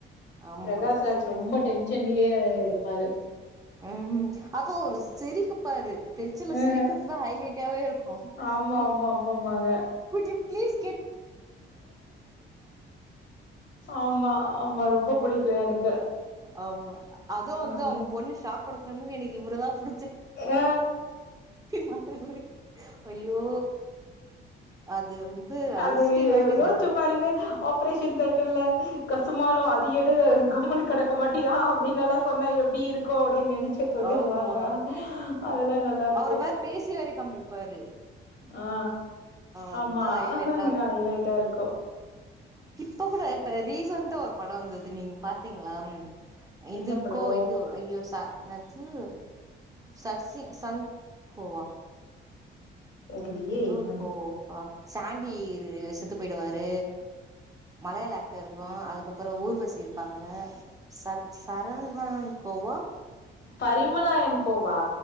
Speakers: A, on the right; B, on the left.
A: ஆமா
B: பிரகாஷ் ராஜ் ரொம்ப டென் ஷன்லயே இருப்பாரு
A: ம் ம் அது அவுரு சிரிக்குபாரு டென்ஷன்ல
B: அ
A: சிரிக்கிறது தா ஹைலைட்டாவே இருக்கு
B: ஆமா
A: நி
B: ஆமா ஆமாமாங்க
A: குட் யு பிளீஸ்
B: ஆமா ஆமா ரொ ம்ப புடிக்கு எனக்கு
A: ஆமா அதுவு வந்து
B: ம்
A: அவுங்க பொண்ணு ஷா க் குடுக்கற மாரி எனக்கு இவரதா புடு
B: ஆ
A: மாத்திர குடு ஐயோ அது வந்து அல்டிமேட்டுங்க
B: அது யோச்சு பாருங்க ஆப்ரேஷன் தேட்டர்ல கசுமாலொ அது‌ எ டு கம்மனு கடக்க மாட்டியா அப்டீன்னலா சொன்னா எப்டி இருக்கு அப்டின் நெனச்சே சொல்லிருவாங்க
A: ஆமா
B: அதெல்லா நல்லாருக்கு
A: அவரு வேற பேசி வேற காமிப்பாரு
B: ஆ
A: அதுதா
B: ஆமா
A: ஹைலைட்டா இருக்கு
B: ஹைலைட்டா இருக்கு
A: இப்ப கூட இப்ப ரீசன்ட்டா ஒரு பட வந்தது நீங்க பாத்தீங்ளா இது
B: என்ன படோ
A: கோ இது ஐயோ ச னது‌ சசி சந் கோவா
B: தெர்லியே
A: ஏதோ
B: என்ன
A: ஒரு கோவப்பா சாண்டி செத்து போயிடுவாரு மலையாள ஆக்டர் இருப்ப அதுக்கப்புறோ ஊர்வசி இருப்பாங்க சன் சரங்கோ கோவா
B: பரிமளா அன் கோவா